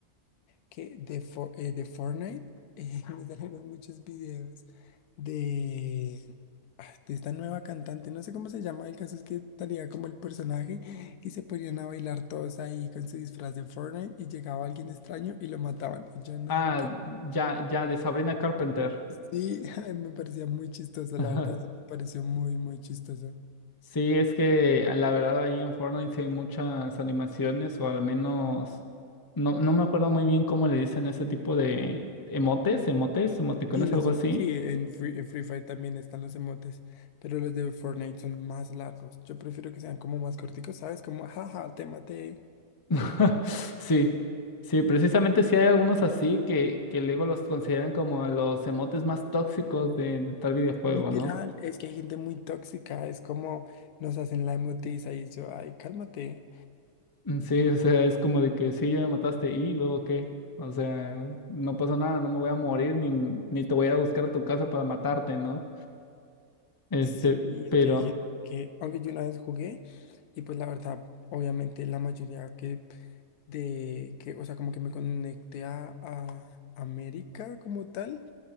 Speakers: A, on the left; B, on the left.
A: que de, Fo- eh, de Fortnite eh, <laughs> me salieron muchos videos de, ah, de esta nueva cantante. No sé cómo se llama, el caso es que tenía como el personaje y se ponían a bailar todos ahí con su disfraz de Fortnite y llegaba alguien extraño y lo mataban. Y yo no,
B: Ah,
A: qué...
B: ya, ya, de Sabrina Carpenter.
A: Sí, <laughs> ay, me parecía muy chistoso,
B: <laughs> Ajá.
A: la verdad, eso me pareció muy, muy chistoso.
B: Sí, es que ah, la verdad ahí en Fortnite sí hay muchas animaciones, o al menos, no, no me acuerdo muy bien cómo le dicen ese tipo de emotes, emotes, emoticones,
A: Sí, los,
B: algo
A: em-
B: así.
A: sí, en Free, en Free Fire también están los emotes, pero los de Fortnite son más largos. Yo prefiero que sean como más corticos, ¿sabes? Como, jaja, te maté.
B: <laughs> Sí, sí, precisamente sí hay algunos así que, que luego los consideran como los emotes más tóxicos de, de tal videojuego,
A: Literal,
B: ¿no?
A: es que hay gente muy tóxica, es como nos hacen la emotiza y yo, ay, cálmate.
B: Mm, Sí, o sea, es como de que sí, ya me mataste y luego qué. O sea, no pasa nada, no me voy a morir ni, ni te voy a ir a buscar a tu casa para matarte, ¿no? Este,
A: Sí, es
B: pero
A: que hay gente que, aunque yo una vez jugué. Y pues la verdad, obviamente la mayoría que de que, o sea, como que me conecté a, a América como tal